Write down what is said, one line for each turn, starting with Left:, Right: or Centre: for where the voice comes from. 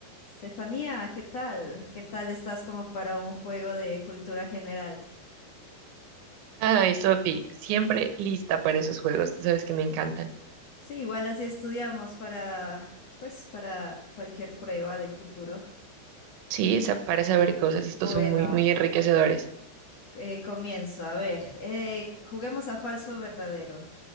Left: Estefanía, ¿qué tal? ¿Qué tal estás como para un juego de cultura general?
Right: Ay, Sofi, siempre lista para esos juegos, tú sabes que me encantan.
Left: Sí, igual así estudiamos para, pues, para cualquier prueba del futuro.
Right: Sí, esa- para saber cosas, estos
Left: Bueno,
Right: son muy, muy enriquecedores.
Left: eh, comienzo. A ver, eh, juguemos a falso o verdadero.